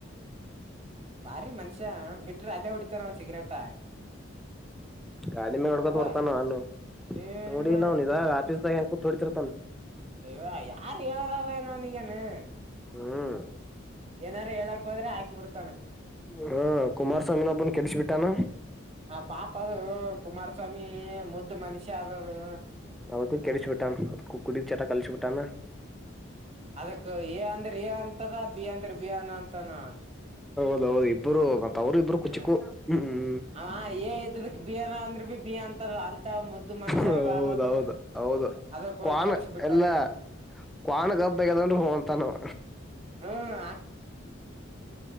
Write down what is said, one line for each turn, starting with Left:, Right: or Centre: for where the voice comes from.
Right: ಬಾರಿ ಮನುಷ್ಯ ಬಿಟ್ರ ಅಲ್ಲೇ ಹೊಡಿತಾರ ನ ಸಿಗರೇಟ
Centre: ಗಾಡಿಿ ಮಾಗ ಹೊಡ್ಕೋತ್
Right: ಓ
Centre: ಬರ್ತಾನ ಅವಾನನು
Right: ಏನಿನ
Centre: ನೋಡಿಲ್ಲ ಅವ್ನ್ ಇದಾಗ ಆಫೀಸ್್ದಾಗ ೋ ತರ ತ
Right: ಅ್ಯ ಯಾರ್ ಹೇಳಾರಾರ ನನಗನೆ
Centre: ಹ್ಮ್
Right: ಏನಾರರು ಹೇಳಾ ಹೋದ್ರ ಹಾಕಿ ಬಿಡ್ತ
Centre: ಹಾ ಕುಮಾರಸ್ವಾಮಿನೊಬ್ಬನ್ ಕೆಡಸ ಬಿಟ್ಟಾನ
Right: ಆ ಪಾಪ ಅದು ಕುಮಾರಸ್ವಾಮಿ ಮುದ್ದ ಮನುಷ್ಯ ಆದದು
Centre: ಅವಕ ಕೆಡಚು ಬಿಟ್ಟಾನ ಕುಡ ಚಟಾ ಕಳಿಸಿು ಬಿಟ್ಟಾನ
Right: ಅದಕ್ಕ ಎಏ ಅಂದ್ರೆ ಎ ಅಂತದ ಬಿ ಅಂದ್ರೆ ಬಿ ಅನಾ ಅಂತಾನ
Centre: ಹೌದು ಇಬ್ಬರು ಅವರು ಇಬ್ರು
Right: ಹ್ಮ್
Centre: ಕುಚಕ್ಕೂ ಹ್ಮ್
Right: ಅವ ಎ ಇದ್ದದಕ್ ಬಿ ಅನ ಅಂದ್ರ ಬಿ ಬಿ ಅಂತದ ಅಂತ ಮುದ್ದು ಮನುಷ್ಯ
Centre: ಹೌದೌದು
Right: ಅದದು
Centre: ಹೌದು
Right: ಅದಕ್ ಹೋಗಿ
Centre: ಕ್ನ್
Right: ಕೆಡಸ ಬಿಟ್ಟಾನ
Centre: ಎಲ್ಲಾ
Right: ಇವ
Centre: ಕ್ವನ್ ಕಬ್ಗದನ್ ಹಂತ ನಾವ
Right: ಹ್ಮ್